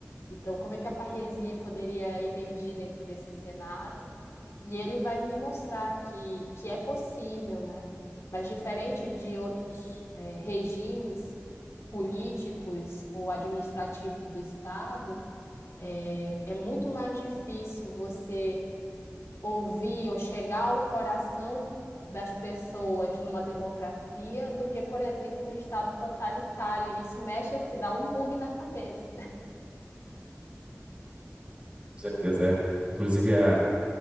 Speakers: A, on the left; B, on the right.
A: Então, como é que a parresia poderia emergir dentro desse cenário? E ele vai nos mostrar que, que é possível, né? Mas diferente de outros, eh, regimes políticos ou administrativos do Estado, é, é muito mais difícil você ouvir ou chegar ao coração das pessoas numa democracia do que, por exemplo, no estado totalitário. E isso mexe, se dá um bug na cabeça.
B: Com certeza, é. Inclusive, a,